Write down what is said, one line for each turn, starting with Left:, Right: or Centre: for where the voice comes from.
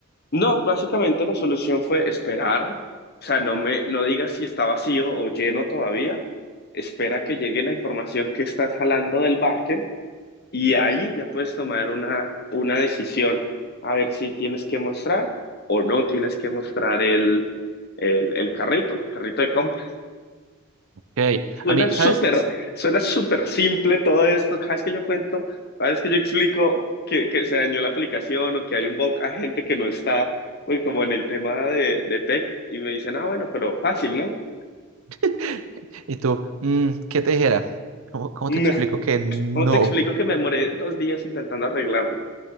Left: No, básicamente la solución fue esperar, o sea, no me, no digas si está vacío o lleno todavía, espera que llegue la información que estás jalando del backend Y ahí ya puedes tomar una, una decisión, a ver si tienes que mostrar o no tienes que mostrar el, el, el carrito, el carrito de compra.
Right: Ok,
Left: Suena
Right: a mí,
Left: súper,
Right: ¿sabes?
Left: suena súper simple todo esto. Cada vez que yo cuento, cada vez que yo explico que, que se dañó la aplicación o que hay un bug, a gente que no está pues, como en el tema de, de tech y me dicen, ah, bueno, pero fácil, ¿no? <laughs>
Right: <laughs> Y tú, mm, ¿qué te dijera? ¿Cómo, cómo
Left: No.
Right: te explico que no?
Left: ¿Cómo te explico que me demoré dos días intentando arreglarlo?